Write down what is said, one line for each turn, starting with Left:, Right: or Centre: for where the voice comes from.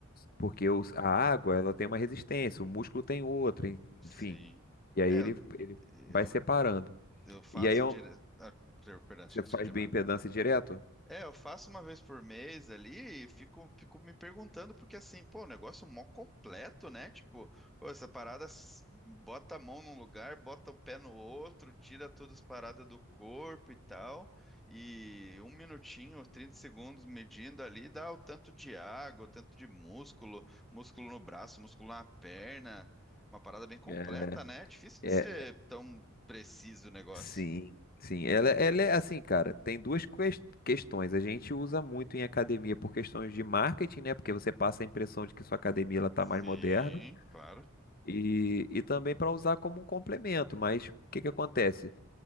Left: Porque os- a água, ela tem uma resistência, o músculo tem outra, en-
Centre: sim.
Left: enfim. E aí
Centre: É,
Left: ele,
Centre: eu,
Left: ele
Centre: eu,
Left: vai separando.
Centre: eu faço
Left: E aí é
Centre: dire...
Left: um-
Centre: Ah, per- perdão, achei
Left: você
Centre: que
Left: faz
Centre: você tinha terminado.
Left: bioimpedância direto?
Centre: É, eu faço uma vez por mês ali e fico, fico me perguntando, porque assim, pô, o negócio é mó completo, né? Tipo, pô, essa parada s- bota a mão num lugar, bota o pé no outro, tira todas as paradas do corpo e tal, e um minutinho, 30 segundos medindo ali, dá o tanto de água, o tanto de músculo, músculo no braço, músculo na perna, uma parada bem completa,
Left: É,
Centre: né? É Difícil
Left: é,
Centre: de ser tão preciso o negócio.
Left: sim, sim. Ela, ela é assim, cara, tem duas ques- questões. A gente usa muito em academia por questões de marketing, né? Porque você passa a impressão de que sua academia ela tá
Centre: Sim,
Left: mais moderna.
Centre: claro.
Left: E, e também para usar como um complemento, mas o que que acontece?